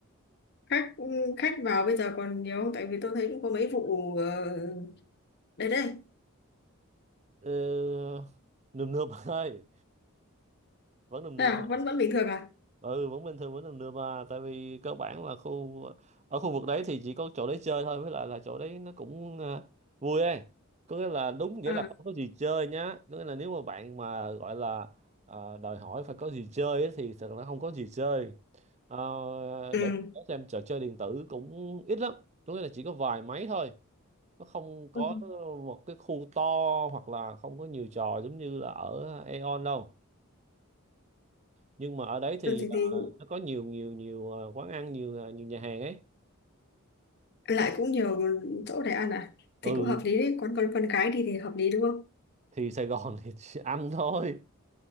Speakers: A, on the left; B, on the right.
A: khách ừ, khách vào bây giờ còn nhiều không? Tại vì tôi thấy cũng có mấy vụ ờ, đấy đây.
B: Ờ, nườm nượp <laughs> bạn ơi vẫn nườm
A: À
B: nượp à.
A: vẫn vẫn bình thường à?
B: ừ vẫn bình thường vẫn nườm nượp à tại vì cơ bản là khu ở khu vực đấy thì chỉ có chỗ đấy chơi thôi với lại là chỗ đấy nó cũng à, vui ấy có nghĩa là đúng nghĩa
A: À
B: là không có gì chơi nhá có nghĩa là nếu mà bạn mà gọi là à, đòi hỏi phải có gì chơi ấy, thì thật là không có gì chơi Ờ,
A: ừ.
B: để xem trò chơi điện tử cũng ít lắm có nghĩa là chỉ có vài máy thôi nó không có
A: Ừ.
B: một cái khu to hoặc là không có nhiều trò giống như là ở Aeon đâu nhưng mà ở đấy thì
A: Ừ, Thì,
B: ờ,
A: thì
B: nó có nhiều nhiều nhiều ờ, quán ăn nhiều ờ, nhiều nhà hàng ấy
A: lại cũng nhiều chỗ để ăn à thì
B: ừ
A: cũng hợp lý đấy con con con gái đi thì hợp lý đúng không
B: thì Sài Gòn <laughs> thì chỉ ăn thôi